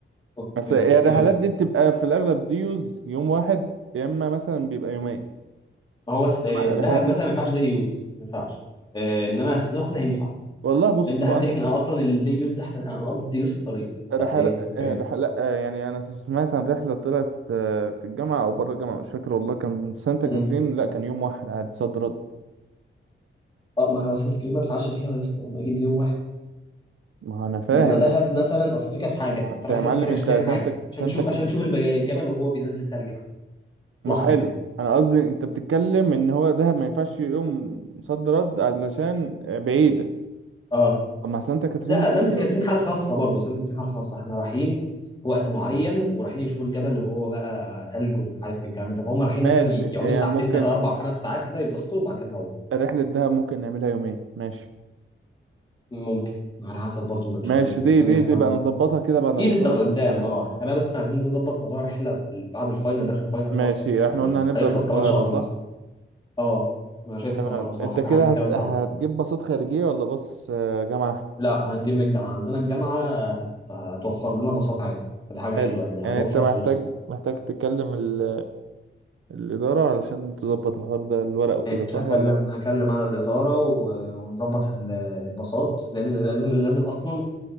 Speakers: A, on the left; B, on the right.
A: اوكي
B: بس الرحلات
A: طيب
B: دي بتبقى في الأغلب ديوز يوم واحد يا إما مثلا بيبقى يومين
A: ما هو س- آه،
B: رحلات
A: دهب مثلا ما ينفعش دي يوز ما ينفعش آه، انما سخنه ينفع
B: والله بص
A: لان دهب
B: هو أنا
A: دي احنا اصلا الدي يوز ده احنا هنقضي الدي يوز في الطريق فايه
B: رحلة
A: مش
B: رحلة
A: هينفع
B: لأ، يعني أنا سمعت عن رحلة طلعت آه، في الجامعة أو بره الجامعة مش فاكر والله كان سانتا كاترين
A: مم.
B: لا كان يوم واحد عادي صد رد
A: اه ما هو سانت كاترين ما بتعش فيها يا اسطى ما اكيد دي يوم واحد
B: ما هو أنا فاهم
A: انما دهب
B: بس
A: مثلا اصل الفكره في حاجه
B: ما هو أنت
A: انت رايح
B: يا
A: سانت
B: معلم
A: كاترين
B: أنت
A: عشان تعمل
B: سانتا
A: حاجه عشان
B: سانتا
A: تشوف
B: كاترين
A: عشان تشوف البج- الجبل وهو بينزل تلج مثلا
B: ما
A: لحظه
B: حلو
A: كده
B: أنا قصدي أنت بتتكلم إن هو دهب ما ينفعش يوم صد رد علشان آه، بعيدة
A: اه
B: طب ما سانتا كاترين
A: لا
B: بعيدة
A: سانت كاترين حاله خاصه برضه سانت كاترين حاله خاصه احنا رايحين في وقت معين ورايحين يشوفوا الجبل وهو بقى تلج ومش عارف ايه والكلام ده فهم رايحين
B: ماشي
A: مثلا ي-
B: يعني
A: يقعدوا ساعتين
B: ممكن
A: ثلاثه اربع خمس ساعات كده يتبسطوا وبعد كده نروح
B: رحلة دهب ممكن نعملها يومين ماشي
A: ممكن على حسب برضه ما نشوف
B: ماشي
A: الدنيا
B: دي دي
A: هتبقى
B: دي بقى
A: عامله
B: نظبطها
A: ازاي
B: كده بعد ما
A: في لسه
B: نخلص
A: قدام
B: امتحانات
A: اه احنا كنا بس عايزين نظبط موضوع رحله ب- بعد الفاينل ده عشان الفاينل
B: ماشي
A: خلاص
B: احنا
A: يعني
B: قلنا هنبدأ
A: هيخلص
B: بالقاهرة
A: كمان شهر
B: صح
A: مثلا اه انا شايف
B: تمام
A: القاهره بصراحه
B: انت
A: في
B: كده
A: حاجه كتير
B: هت...
A: أوي اتعمل
B: هتجيب باصات خارجية ولا باص آه، جامعة
A: لا هنجيب من الجامعه عندنا الجامعه هت... هتوفر لنا باصات عادي فدي حاجه
B: حلو
A: حلوه يعني هنوفر
B: يعني انت محتاج
A: فلوس
B: محتاج تكلم ال... الإدارة علشان تظبط الحوار ده الورق وكده
A: ماشي،
B: صح
A: هكلم
B: ولا
A: هكلم انا الاداره و... ونظبط ال- الباصات لان لازم لازم اصلا